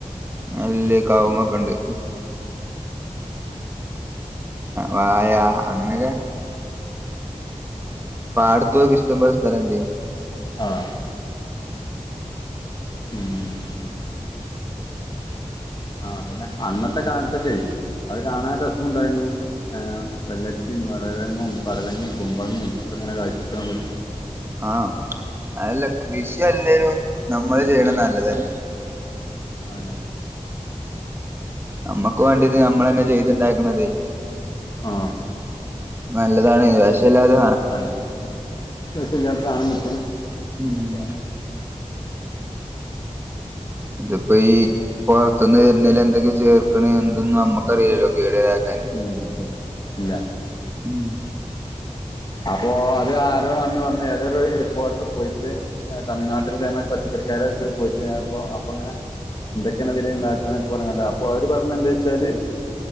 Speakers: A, on the right (about 20°); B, on the left (about 35°).
A: നെല്ല് കാവുങ്ങൊക്കെ ഉണ്ട് വാഴ അങ്ങനെയൊക്കെ പാടത്ത് ഓല്ക്ക് ഇഷ്ടപൊലെ സ്ഥലണ്ട്
B: ആഹ്
A: ഉം
B: മ് ആഹ് അതന്നെ അന്നത്തെ കാലത്തൊക്കെ അത് കാണാൻ
A: ഉം
B: രസു ഉണ്ടായിരുന്നു ഏർ വെള്ളരിക്കയും വട ലങ്ങയും പടലങ്ങയും കുമ്പളങ്ങയും ഒക്കെ ഇങ്ങനെ കാഴ്ചക്കു
A: ആഹ് അതല്ല കൃഷി അല്ലേലും നമ്മള് ചെയ്യണത നല്ലതന്നെ
B: അതന്നെ
A: നമ്മക്ക് വണ്ടിയത് നമ്മള തന്നെ ചെയ്തുണ്ടാക്കണതേ
B: ആഹ്
A: നല്ലതാണ് പക്ഷേ അല്ലാതെ
B: അതെ രസല്ലാത്ത സാനം കിട്ടും അങ്ങനെയൊക്കെയാണത്
A: ഉം ഇതിപ്പോ ഈ പൊറത്ത്ന്ന് വരുന്നൊര് എന്തൊക്കെ ചേർക്ക്ണെ എന്തന്നും നമ്മുക്കറിയില്ലല്ലോ കേടതാക്കാൻ
B: ഉം ഇല്ല
A: ഉം
B: അപ്പോ അത് ആരോ അന്ന് വന്ന് ഏതൊരു റിപ്പോർട്ടർ പോയിട്ട് തമിഴ്നാട്ടിൽ ഇതേയമായിരി പച്ചക്ക റിക്കാര് പോയിട്ട്പ്പോ അപ്പൊ അങ്ങനെ എന്തൊക്കെയാണ് ഇതിലിണ്ടാക്കണൊക്കെ പറഞ്ഞ് കാണ്ട് അപ്പൊ അവര് പറഞ്ഞത് എന്താ വെച്ചാല്